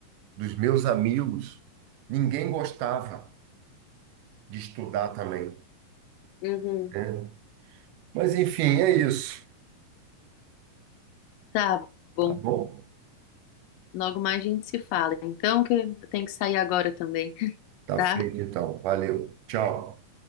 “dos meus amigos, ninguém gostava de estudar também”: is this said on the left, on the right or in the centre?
Right